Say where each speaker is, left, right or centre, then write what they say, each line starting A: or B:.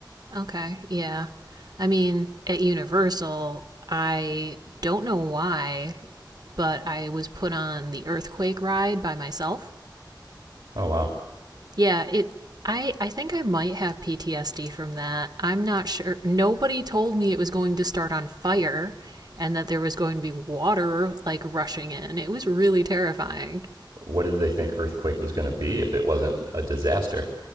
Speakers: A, on the right; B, on the right.
A: Okay. Yeah. I mean, at Universal, I don't know why, but I was put on the earthquake ride by myself.
B: Oh wow,
A: Yeah, it I I think I might have PTSD from that. I'm not sure. Nobody told me it was going to start on fire and that there was going to be water like rushing in. It was really terrifying.
B: what did they think Earthquake was going to be if it wasn't a disaster?